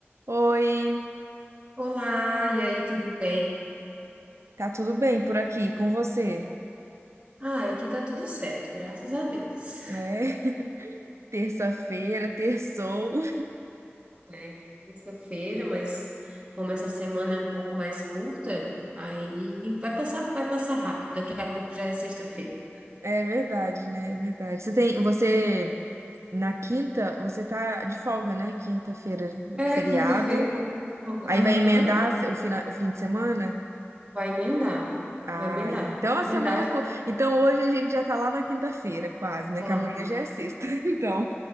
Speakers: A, on the right; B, on the right.
A: Oi,
B: Olá, e aí, tudo bem?
A: tá tudo bem por aqui com você?
B: Ah, aqui tá tudo certo, graças a Deus.
A: É, <laughs> terça-feira, terçou.
B: É terça-feira, mas como essa semana é um pouco mais curta, aí vai passar, vai passar rápido. Daqui a pouco já é sexta-feira.
A: É verdade, né? É verdade. Você tem, você na quinta, você tá de folga, né? Quinta-feira,
B: É,
A: feriado.
B: quinta-feira. eu tenho que folga.
A: Aí
B: Aham,
A: vai emendar o fina, o fim de semana?
B: vai emendar,
A: Ah,
B: vai emendar.
A: e então a semana,
B: Na Verdade,
A: co- então hoje a gente já tá lá na quinta-feira, quase, né?
B: já.
A: Que amanhã já é sexta. <laughs> Então,